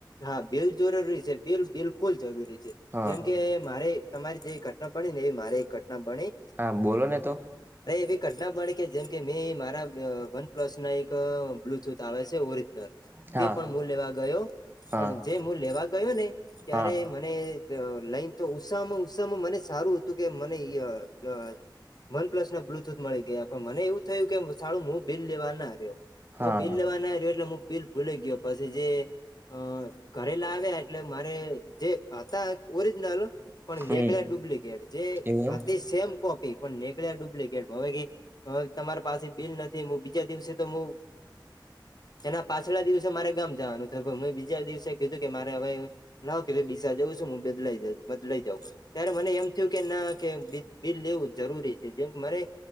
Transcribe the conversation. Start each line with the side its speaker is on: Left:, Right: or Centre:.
Left: હા બિલ જરૂરી છે. બિલ બિલકુલ જરૂરી છે
Right: હા
Left: જેમ કે મારે તમારી જે ઘટના બણી ને એ મારે ઘટના બણી
Right: હા બોલો ને તો
Left: એ ઘટના મળે કે જેમ કે મેં મારા વનપ્લસ ના એક બ્લુટૂથ આવે છે ઓરિજનલ.
Right: હા
Left: તે પણ મુ લેવા ગયો
Right: હા
Left: પણ જે મુ લેવા ગયો ને ત્યારે
Right: હા
Left: મને લઈને તો ઉત્સાામાં ઉત્સાામાં મને સારું હતું કે મને <unintelligible> વન પ્લસ ના બ્લુટૂથ મળી ગયા પણ મને એવું થયું કે સારું હું બિલ લેવા ના રહ્યો.
Right: હા
Left: હું બિલ લેવા ના રહ્યો એટલે હું બિલ ભૂલા ગયો પછી જે અ ઘરે લાવ્યા એટલે મારે જે હતા ઓરિજનલ. પણ
Right: હમ
Left: નેકલે ડુપ્લિકેટ જે
Right: એવું એમ
Left: હતિ સેમ કો પણ નીકળ્યા ડુપ્લિકેટ હવે તમારી પાસે બિલ નથી બીજા દિવસે તો હું. એના પાછલા દિવસે મારે ગામ જવાનું થયુ મેં બીજા દિવસે કીધું કે મારે હવે ના કે ડીસા જવું છું હ બદલાઈ બદલાઈ જઉં ત્યારે મને એમ થયું કે ના કે બિલ લેવું જરૂરી છે જેમ મરે